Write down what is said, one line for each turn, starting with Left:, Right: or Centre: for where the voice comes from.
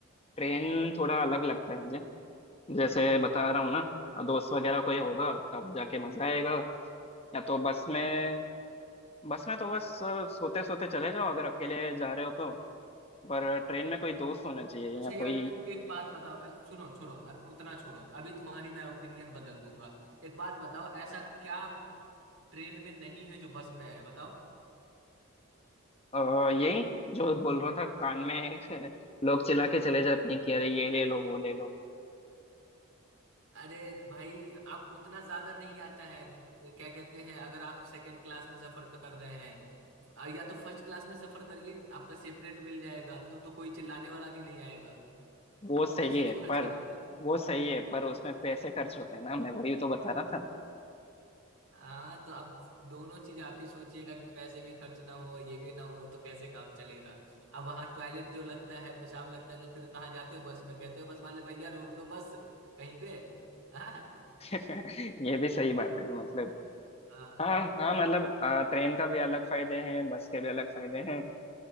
Left: ट्रेन थोड़ा अलग लगता है मुझे जैसे बता रहा हूँ ना दोस्त वगैरह कोई होगा तब जाके मजा आएगा या तो बस में बस में तो बस सोते सोते चले जाओ अगर अकेले जा रहे हो तो पर ट्रेन में कोई दोस्त होना चाहिए
Right: अच्छा
Left: या
Right: यार
Left: कोई
Right: तुम एक बात बताओ अ, सुनो छोड़ो अब उतना छोड़ो अभी तुम्हारी मैं ओपिनियन बदल दूंगा एक बात बताओ ऐसा क्या ट्रेन में नहीं है जो बस में है बताओ
Left: और यही जो बोल रहा था कान में <laughs> लोग चिल्ला के चले जाते हैं कि अरे ये ले लो वो ले लो
Right: अरे भाई अब उतना ज्यादा नहीं आता है क्या कहते हैं अगर आप सेकंड क्लास में सफर कर रहे हैं अ, या तो फर्स्ट क्लास में सफर करिए आपका सेपरेट मिल जाएगा तो तो कोई चिल्लाने वाला भी नहीं आएगा
Left: वो सही
Right: पैसे तो
Left: है
Right: खर्च
Left: पर
Right: करिए भाई
Left: वो सही है पर उसमें पैसे खर्च होते हैं ना मैं वही तो बता रहा था
Right: हाँ तो अब दोनों चीज आप ही सोचिएगा कि पैसे भी खर्च ना हो ये भी ना हो तो कैसे काम चलेगा अब वहां टॉयलेट जो लगता है पेशाब लगता है तो फिर कहाँ जाते हो बस में कहते हो बस वाले भैया रोक दो बस कहीं पे <laughs> हाँ
Left: <laughs> ये भी सही बात है मतलब
Right: हाँ।
Left: हाँ हाँ मतलब आ, ट्रेन का भी अलग फायदे हैं बस के भी अलग फायदे हैं